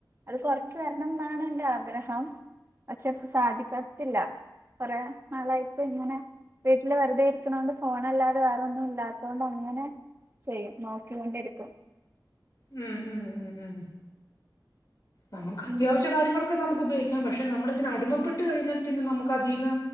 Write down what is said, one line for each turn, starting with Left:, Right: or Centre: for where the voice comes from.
Right: അത് കൊറച്ച് വരണംന്നാണ് എന്റെ ആഗ്രഹം അത് ചേലെപ്പം സാധിക്കത്തില്ല കുറേ നാളായിപ്പ ഇങ്ങനെ വീട്ടില് വെറുതെ ഇരിക്കണൊണ്ട് ഫോണല്ലാത് വേറൊന്നും ഇല്ലാത്തോണ്ട് അങ്ങനെ ചെയ്യും നോക്കികൊണ്ടിരിക്കും
Left: ഉം ഉം ഉം ഉം നമുക്ക് അത്യാവശ്യ
Right: ഉം ഉം
Left: കാര്യങ്ങളൊക്കെ നമുക്ക് ഉപയോഗിക്കാം പക്ഷെ നമ്മളതിന് അടിമപ്പെട്ട് കഴിഞ്ഞാൽ പിന്നെ നമുക്കതീന്ന്